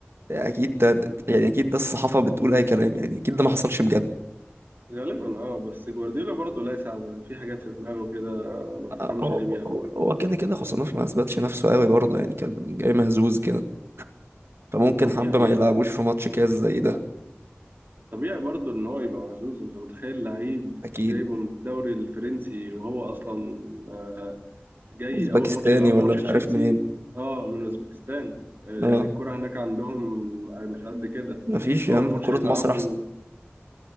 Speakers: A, on the right; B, on the right.
A: اكيد ده
B: فغالبا
A: يعني اكيد ده الصحافة بتقول اي كلام يعني اكيد ده ما حصلش بجد
B: غالبا اه بس جوارديولا برضه لاسع في حاجات في دماغه كده آه، ما تفهمش
A: آه، هو
B: ليه بيعملها
A: هو هو كده كده خوسانوف ما اثبتش نفسه قوي برضه يعني كان جاي مهزوز كده فممكن
B: طبيعي
A: حبة ما يلعبوش في ماتش كاس زي ده
B: طبيعي برضه ان هو يبقى مهزوز انت متخيل لعيب
A: اكيد
B: جايبه من الدوري الفرنسي وهو اصلا آه، جاي
A: اوزبكستاني
B: اول ماتش يلعبه
A: ولا
B: ماتش
A: مش
B: تشيلسي
A: عارف منين
B: اه من اوزبكستان آه،
A: اه
B: يعني الكرة هناك عندهم آه، مش قد كده
A: مفيش يا
B: اول
A: عم
B: ماتش
A: ده كرة
B: يلعبه
A: مصر احسن